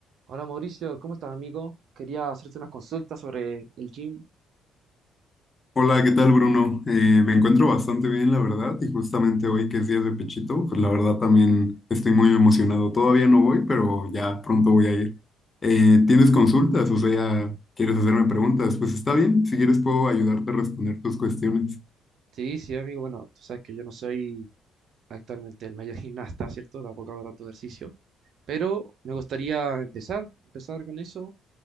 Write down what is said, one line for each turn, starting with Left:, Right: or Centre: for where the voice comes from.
Right: Hola Mauricio, ¿cómo estás amigo? Quería hacerte unas consultas sobre el gym.
Left: Hola, ¿qué tal, Bruno? Eh, me encuentro bastante bien, la verdad, y justamente hoy que es día de Pechito, pues la verdad también estoy muy emocionado. Todavía no voy, pero ya pronto voy a ir. Eh, ¿tienes consultas? O sea, ¿quieres hacerme preguntas? Pues está bien, si quieres puedo ayudarte a responder tus cuestiones.
Right: Sí, sí amigo, bueno, tú sabes que yo no soy actualmente el mayor gimnasta, ¿cierto? Tampoco hago tanto ejercicio, pero me gustaría empezar, empezar con eso.